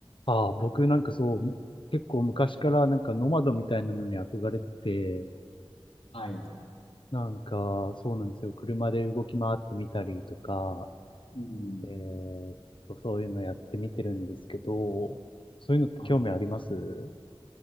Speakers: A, on the left (about 60°); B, on the left (about 85°).
A: ああ、僕なんかそう、結構昔からなんかノマドみたいなのに憧れてて、
B: はい。
A: なんかそうなんですよ。車で動き回ってみたりとか、
B: うん。
A: えーっと、そういうのやってみてるんですけど、そういうのって興味あります
B: はい。い